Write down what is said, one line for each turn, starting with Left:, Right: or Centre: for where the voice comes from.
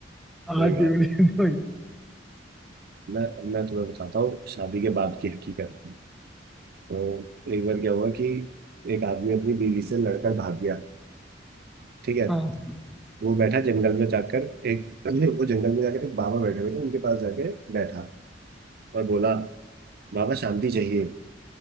Centre: हाथ
Right: सही बात
Centre: जोड़
Right: है
Centre: लिए थे वही।
Right: मैं मैं तुम्हें बताता हूँ शादी के बाद की हकीकत तो एक बार क्या हुआ कि एक आदमी अपनी बीवी से लड़कर भाग गया ठीक है
Centre: हाँ
Right: वो बैठा जंगल में जाकर एक वो जंगल में जाकर एक बाबा बैठे हुए थे उनके पास जाके बैठा और बोला बाबा शांति चाहिए